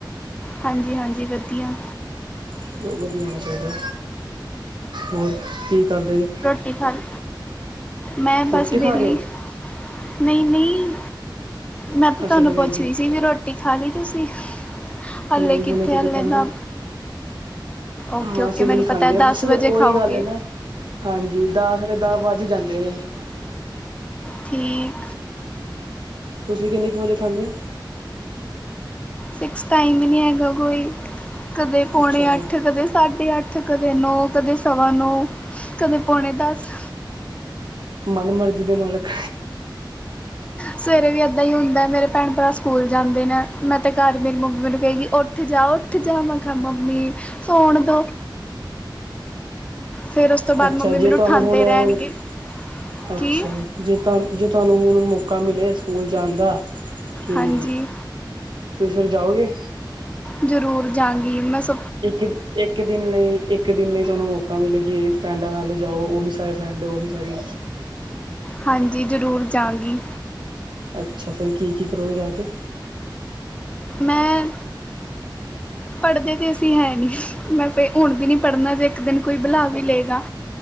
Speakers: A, on the left; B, on the right.
A: ਹਾਂਜੀ- ਹਾਂਜੀ ਵਦੀਆਂ
B: ਚਲੋ ਵਧੀਆ ਹੋਣਾ ਚਾਹੀਦਾ, ਹੋਰ ਕੀ ਕਰਦੇ ਜੇ
A: ਤੇ ਹੁਨ, ਮੈਂ ਬਸ
B: ਰੋਟੀ
A: ਵੇਹਲੀ
B: ਖਾ ਰਹੇ ਹੋ
A: ਨਹੀਂ ਨਹੀਂ, ਮੈਂ ਤੇ
B: ਅੱਛਾ
A: ਤੁਹਾਨੂੰ
B: ਅੱਛਾ ਵੇਲੀ
A: ਪੁੱਛ ਰਹੀ ਸੀ, ਵੀ ਰੋਟੀ ਰੋਟੀ ਖਾ ਲਈ ਤੁਸੀਂ ਹਾਲੇ
B: ਨਹੀਂ ਹੁਣੇ
A: ਕਿੱਥੇ
B: ਤੇ
A: ਹਾਲੇ
B: ਨੀ ਖਾਂਦੇ
A: ਤਾਂ ਓਕੇ
B: ਹਾਂ
A: ਓਕੇ
B: ਅਸੀਂ
A: ਮੈਨੂੰ
B: ਵੀ ਨੀ ਖਾਂਦੇ
A: ਪਤਾ
B: ਆ, ਬਸ
A: ਦਸ ਵਜੇ
B: ਉਹੀ
A: ਖਾਓਗੇ
B: ਗੱਲ ਹੈ ਨਾ ਹਾਂਜੀ ਦਾ ਸਾਡੇ ਦਾਂ ਵੱਜ ਹੀ ਜਾਂਦੇ ਨੇ ਹ <unintelligible>
A: ਠੀਕ
B: ਤੁਸੀਂ ਕਿੰਨੇ ਕੁ ਵਜੇ ਖਾਂਦੇ ਹੋ
A: ਫਿਕਸ ਟਾਈਮ ਇ ਨੀ ਹੈਗਾ ਕੋਈ, ਕਦੇ ਪੌਣੇ
B: ਅੱਛਾ
A: ਅੱਠ, ਕਦੇ ਸਾਢੇ ਅੱਠ, ਕਦੇ ਕਦੇ ਨੌਂ, ਕਦੇ ਸਵਾ ਨੌ, ਕਦੇ ਪੌਣੇ ਦਸ
B: ਮਨ ਮਰਜ਼ੀ ਦੇ ਮਾਲਕ
A: ਸਵੇਰੇ ਵੀ ਇੱਦਾਂ ਹੀ ਹੁੰਦਾ, ਮੇਰੇ ਭੈਣ ਭਰਾ ਸਕੂਲ ਜਾਂਦੇ ਨੇ, ਮੈਂ ਤਾਂ ਘਰ ਮੇਰੀ ਮੰਮੀ ਮੇਨੂੰ ਕਹੇਗੀ ਉੱਠ। ਉੱਠ ਜਾ, ਉੱਠ ਜਾ, ਮੈਂ ਕਿਹਾ ਮੰਮੀ ਸੌਣ ਦੋ ਫੇਰ ਉਸ ਤੋਂ ਬਾਅਦ
B: ਅੱਛਾ
A: ਮੰਮੀ ਮੈਨੂੰ
B: ਜੇ ਤੁਹਾਨੂੰ
A: ਉਠਾਂਦੇ
B: ਹੁਣ
A: ਰਹਿਣਗੇ,
B: ਅੱਛਾ
A: ਕੀ
B: ਜੇ ਤਾਨੂੰ ਜੇ ਤੁਹਾਨੂੰ ਹੁਣ ਮੌਕਾ ਮਿਲੇ ਸਕੂਲ ਜਾਣ ਦਾ ਕਿ
A: ਹਾਂਜੀ।
B: ਟਯੂਸ਼ਨ ਜਾਓਗੇ
A: ਜ਼ਰੂਰ ਜਾਂਗੀ ਮੈਂ ਸ
B: ਇੱਕ- ਇੱਕ ਦਿਨ ਲਈ ਇੱਕ ਇੱਕ ਦਿਨ ਲਈ ਤੁਹਾਨੂੰ ਮੌਕਾ ਮਿਲੇ ਕਿ ਫਰੈਂਡਾਂ ਨਾਲ ਜਾਓ ਉਹੀ ਸਾਰੇ ਫਰੈਂਡ ਉਹੀ ਸਾਰੀ
A: ਹਾਂਜੀ ਜ਼ਰੂਰ ਜਾਂਗੀ
B: ਅੱਛਾ ਫਿਰ ਕੀ ਕੀ ਕਰੋਗੇ ਜਾ ਕੇ।
A: ਮੈਂ ਪੜ੍ਹਦੇ ਤੇ ਅਸੀਂ ਹੈ ਨਹੀਂ ਮੈਂ ਫਿਰ ਹੁਣ ਵੀ ਨਹੀਂ ਪੜ੍ਹਨਾ ਤੇ ਇੱਕ ਦਿਨ ਕੋਈ ਬੁਲਾ ਵੀ ਲਏਗਾ